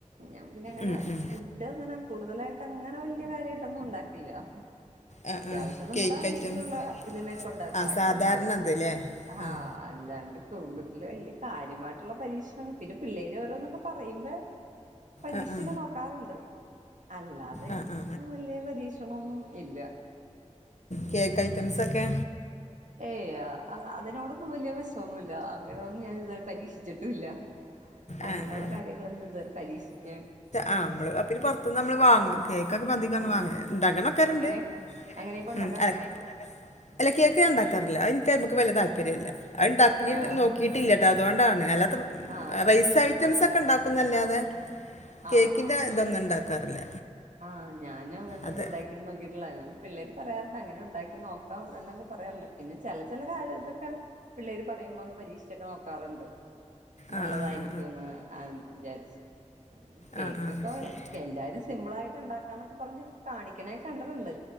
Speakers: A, on the right (about 85°); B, on the left (about 65°).
A: ഞാം പിന്നെ അങ്ങനെ
B: ഉം, ഉം.
A: ഫുഡ് അങ്ങനെ കൂടുതലായിട്ട് അങ്ങന വല്ല്യ കാര്യായിട്ടൊന്നും ഉണ്ടാക്കില്ല
B: ആ
A: അത്യാവശ്യം
B: ആ
A: നമ്മുടെ
B: കേക്ക്
A: വീട്ടിലുള്ള
B: ഐറ്റംസ്
A: ഇതിനൊക്കെ ഉണ്ടാക്കാ
B: ആ
A: അല്ലാണ്ട്
B: സാധാരണ അത് അല്ലേ
A: ഹാ
B: ആ
A: അല്ലാണ്ട് കുടുംബത്തില് വല്ല്യ കാര്യമായിട്ടുള്ള പരീക്ഷണങ്ങൾ പിന്നെ പിള്ളേർ ഓരോന്നൊക്കെ പറയുമ്പേ പരീക്ഷിച്ചൊക്കെ
B: ആ ആ
A: നോക്കാറുണ്ട് അല്ലാതെ
B: ആ ആ
A: വല്ല്യ പരീക്ഷണൊന്നും ഇല്ല
B: കേക്ക്ഐറ്റംസൊക്കെ
A: ഏയ് അ അ അതിനോടൊന്നും വലിയ വശോന്നൂല്ല അങ്ങനൊന്നും ഞാൻ ഇതുവരെ പരീക്ഷിച്ചിട്ടൂല്ല അങ്ങനുള്ള
B: ആ ആ
A: കാര്യങ്ങളൊന്നും ഇതുവരെ പരീക്ഷിക്കാൻ
B: ആഹ് അമ്മള് പിന്നെ പൊറത്ത്ന്ന് അമ്മള് വാങ്ങും കേക്കൊക്കെപ്പൊ അധികഒന്നുംവാങ്ങല്ല
A: ആഹ്
B: ഇണ്ടാകണക്കാരുണ്ട്
A: അങ്ങനെ അങ്ങനെയൊക്കെ ഉണ്ടാക്കാറുണ്ടോ
B: ഉം കേക്ക് ഇണ്ടാക്കലുണ്ടോ അല്ല കേക്ക് ഞാൻ ഇണ്ടാക്കാറില്ല അഇൻക്ക് അയിമ്മക്ക് വല്ല്യ താൽപ്പര്യല്ല അഇണ്ടാ കീ
A: ആഹ്
B: നോക്കിട്ടില്ലട്ടോ അതുകൊണ്ടാണ് അല്ലാത്ത
A: ആഹ്
B: റൈസാ റ്റംസൊക്കെണ്ടാക്കുന്നല്ലാതെ കേക്കിന്റെ
A: ആഹ് ആഹ്
B: ഇതൊന്നും ഉണ്ടാക്കാറില്ല
A: ആഹ് ഞാനും അങ്ങനെന്നും
B: അത്
A: ഉണ്ടാക്കിന്ന് നോക്കിട്ടില്ല ഞാൻ പിള്ളേര് പറയാറുണ്ട് അങ്ങനെ ഉണ്ടാക്കി നോക്കാം എന്നൊക്കെ പറയാറില്ല പിന്നെ ചെല ചെല കാര്യ ഇതൊക്കെ പിള്ളേര് പറയുമ്പോ ഒന്ന് പരീക്ഷിച്ചൊക്കെ നോക്കാറുണ്ട് നല്ലതായിരിക്കോന്ന്
B: ആ ആ ആ
A: ആഹ് വിചാരിച്ച് കേക്കൊക്കെ
B: ആ ആ ആ ശരി
A: എല്ലാരും സിമ്പിളായിട്ട് ഇണ്ടാക്കാന്നൊക്കെ പറഞ്ഞ് കാണിക്കണായി കണ്ട്ട്ട്ണ്ട്